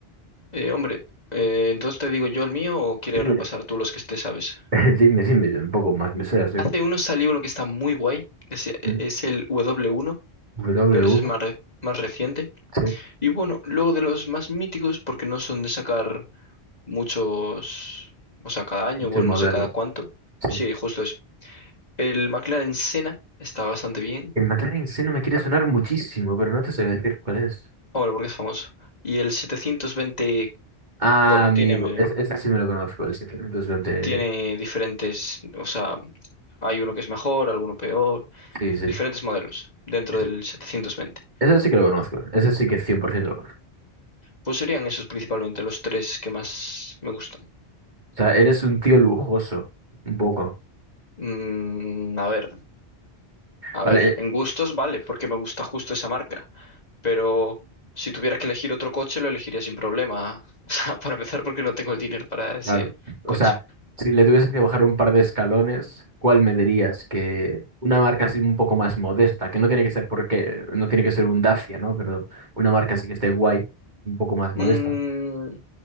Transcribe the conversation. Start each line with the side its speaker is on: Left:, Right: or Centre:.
Left: Eh, hombre, eh, entonces te digo yo el mío o quieres
Right: Dime.
Left: repasar tú los que te sabes.
Right: <laughs> Dime, dime, yo un poco más me sé, así
Left: Hace
Right: que,
Left: uno salió uno que está muy guay, que se-
Right: ¿mm?
Left: es, el W1,
Right: W
Left: pero
Right: uno
Left: ese es más, re- más reciente.
Right: sí,
Left: Y bueno, luego de los más míticos, porque no son de sacar muchos, o sea, cada año,
Right: este
Left: bueno,
Right: modelo,
Left: no sé cada cuánto.
Right: sí.
Left: Sí, justo eso. El McLaren Senna está bastante bien,
Right: El McLaren sí no me quiere sonar muchísimo, pero no te sé decir cuál es.
Left: ahora porque es famoso. Y el 720,
Right: Ah,
Left: bueno,
Right: amigo,
Left: tiene,
Right: es-
Left: eh,
Right: ese sí me lo conozco, el 720,
Left: tiene diferentes, o sea, hay uno que es mejor, alguno peor,
Right: sí, sí.
Left: diferentes modelos dentro
Right: Ese
Left: del 720.
Right: ese sí que lo conozco, ese sí que 100% lo conozco.
Left: Pues serían esos principalmente los tres que más me gustan.
Right: O sea, eres un tío lujoso, un poco.
Left: Mm, a ver, a
Right: Vale,
Left: ver, en gustos vale, porque me gusta justo esa marca. pero si tuvieras que elegir otro coche, lo elegiría sin problema. <laughs> O sea, para empezar, porque no tengo el dinero para ese
Right: Claro. O
Left: coche.
Right: sea, si le tuvieses que bajar un par de escalones, ¿cuál me dirías? Que una marca así un poco más modesta, que no tiene que ser porque, no tiene que ser un Dacia, ¿no? Pero una marca así que esté guay, un poco más modesta.
Left: Mm,